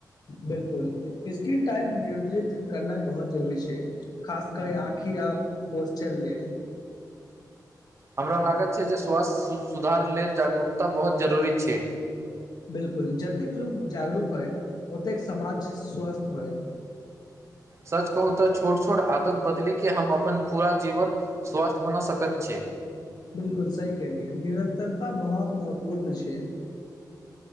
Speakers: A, on the left; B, on the right.
A: बिल्कूल स्क्रीन टाइम नियंत्रित करनाइ बहुत जरूरी छै खास क आँखिया आ पोच लेलऽ
B: हमरा लागत छै जे स्वास्थ्य सुधार लेलऽ जाग रूकता बहुत जरूरी छै।
A: बिल्कुल जतेक लोको जागरूक होइत ओते कऽ समाज स्वस्थ होय
B: सच कहू तऽ छोट छोट आदत बदली के हम अपन पूरा जीवन स्वास्थ बना सकैत छिये
A: बिल्कूल सही कलियै निरन्तरता बहुत महत्वपूर्ण छै